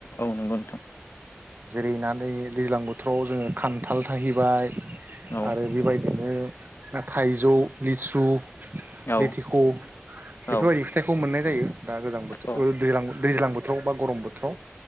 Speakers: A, on the left; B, on the right.
A: औ नंगौ नोंथां
B: जेरै ना दै दैज्लां बो थ्र'आव जोङो खान्थाल थाहैबाय
A: औ
B: आरो बेबाय बिदिनो आ थाइजौ, लिसु
A: औ
B: लेथेख' बेफोरबायदि
A: औ
B: फिथाइखौ मोननाय जायो दा गोजां बोथोर
A: औ
B: ओ दैलां बो दैज्लां बोथोराव बा गरम बोथोराव